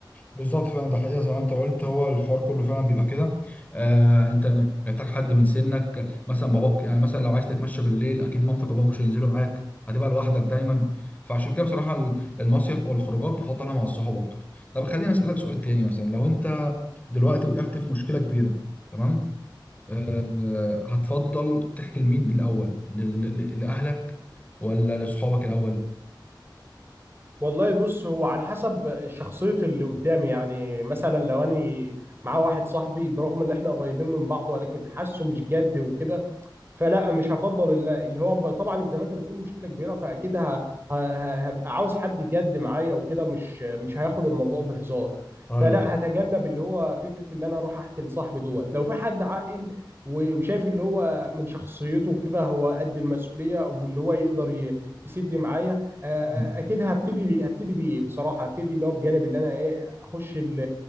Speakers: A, on the left (about 20°); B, on the right (about 30°).
A: بالظبط فعلا ده حقيقه زي ما انت قلت هو الحوار كله فعلا بيبقى كده آه انت محتاج حد من سنك مثلا باباك يعني مثلا لو عايز تتمشى بالليل اكيد مامتك وباباك مش هينزلوا معاك هتبقى لوحدك دايما فعشان كده بصراحه ال- المصيف او الخروجات بفضلها مع الصحاب اكتر طب خليني اسالك سؤال تاني مثلا لو انت دلوقتي وقعت في مشكله كبيره تمام آه هتفضل تحكي لمين الاول ل- ل- ل- لاهلك ولا لاصحابك الاول
B: والله بص هو على حسب شخصية اللي قدامي يعني مثلا لو أنا معاه واحد صاحبي برغم إن إحنا قريبين من بعض ولكن حاسه مش جد وكده فلا مش هفضل الل- اللي هو ب- طبعا زي ما انت بتقول مشكله كبيره فاكيد ه- ه- ه- هبقى عاوز حد جد معايا وكده مش مش هياخد الموضوع بهزار
A: ايوه
B: فلا هتجنب اللي هو فكره اللي انا اروح احكي لصاحبي دوت لو في حد عاقل و- وشايف اللي هو من شخصيته كده هو قد المسؤوليه واللي هو يقدر ي- يسد معايا آه،
A: مم.
B: آه، اكيد هبتدي هبتدي بايه بصراحه هبتدي اللي هو بجانب اللي انا ايه اخش ال-